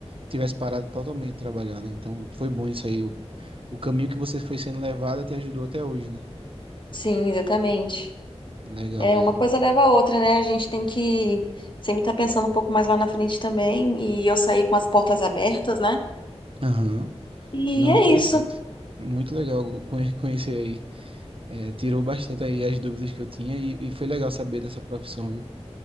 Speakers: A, on the right; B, on the left.
A: tivesse parado totalmente de trabalhar, né? Então, foi bom isso aí. O, o caminho que você foi sendo levado te ajudou até hoje, né?
B: Sim, exatamente.
A: Legal,
B: É,
A: legal.
B: uma coisa leva a outra, né? A gente tem que sempre estar pensando um pouco mais lá na frente também. E eu saí com as portas abertas, né?
A: Aham.
B: E
A: Não,
B: é
A: interessante.
B: isso.
A: Muito legal conhe- conhecer aí. É, tirou bastante aí as dúvidas que eu tinha e, e foi legal saber dessa profissão, viu?